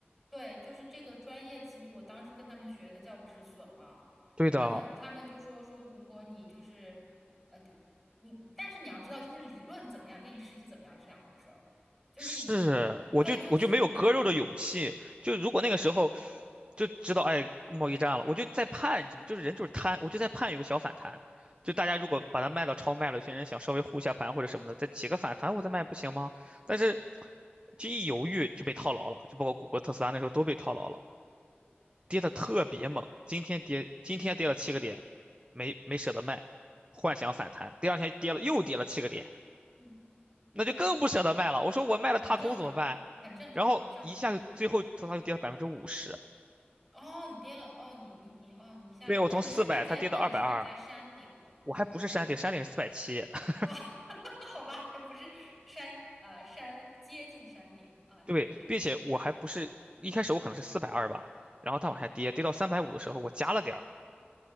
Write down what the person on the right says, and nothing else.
对的，
是，我就我就没有割肉的勇气，
就如果那个时候就知道哎贸易战了，我就在盼，就是人就是贪，我就在盼有个小反弹。就大家如果把它卖到超卖了，有些人想稍微护一下盘或者什么的，再起个反弹我再卖不行吗？但是，就一犹豫就被套牢了，就包括谷歌、特斯拉那时候都被套牢了。跌的特别猛，今天跌今天跌了七个点，没没舍得卖，幻想反弹，第二天跌了又跌了七个点，
那就更不舍得卖了。
我说我卖了踏空怎么办？
然后一下就最后它就跌了百分之五十，
对我从四百它跌到二百二，
我还不是山顶，
山顶是四百七，<laughs>
对，并且我还不是一开始我可能是四百二吧，然后它往下跌，跌到三百五的时候我加了点儿。